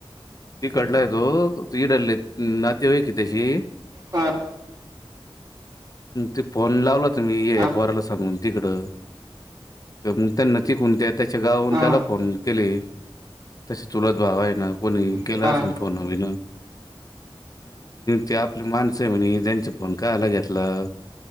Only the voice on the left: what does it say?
त कडलाय तो इडलले नाते आहे कि तशी
ते प <unintelligible> लावला तुम्ही या
एफआरला सांगून तिकडं मग त्यां न त कोणत्या आहेत. त्याच्या गाहून
त्याला फोन केले तसे चुलत भावा आहे ना. कोणी केलं
असे फोन विन ते आपली माणसं म्ह त्यांच्या पण काय आलं घेतलं.